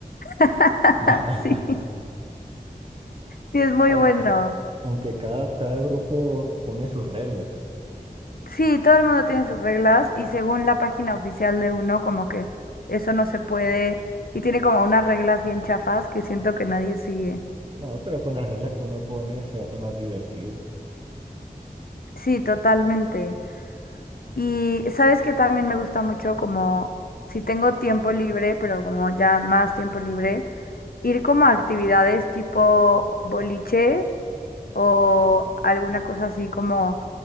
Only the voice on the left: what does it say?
<laughs>
Sí, sí, es muy
bueno.
Sí, todo el mundo tiene sus reglas y según la página oficial de uno, como que eso no se puede y tiene como unas reglas bien chafas que siento que nadie sigue.
Sí, totalmente. Y sabes que también me gusta mucho como si tengo tiempo libre, pero como ya más tiempo libre, ir como a actividades tipo boliche o alguna cosa así como